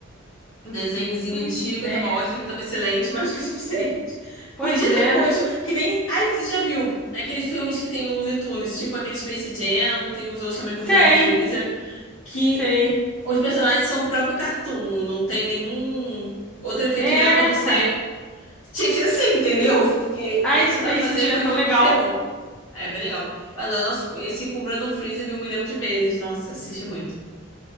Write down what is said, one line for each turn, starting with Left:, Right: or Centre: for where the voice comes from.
Left: Um desenhozinho
Centre: Pois
Left: antigo,
Centre: é.
Left: tava ótimo, pra mim tava excelente, <laughs> mais do que o suficiente.
Centre: Pois
Left: Podia
Centre: é.
Left: ter posto, que nem. Ai, você já viu aqueles filmes que tem o Looney Tunes, tipo aquele Space Jam, tem uns outros também
Centre: Sei,
Left: com o Brandon Freezer, que
Centre: sei.
Left: os personagens são o próprio cartoon, não tem nenhum outro efeito
Centre: É,
Left: gráfico a não
Centre: cara.
Left: ser. Tinha que ser assim, entendeu? Porque
Centre: A
Left: o que
Centre: Space
Left: tentaram fazer
Centre: Jam
Left: foi
Centre: é tão
Left: filmes
Centre: legal.
Left: de terror. É bem legal. Eu adoro nossa, esse com o Brandon Freezer vi um milhão de vezes. Nossa, assisti muito.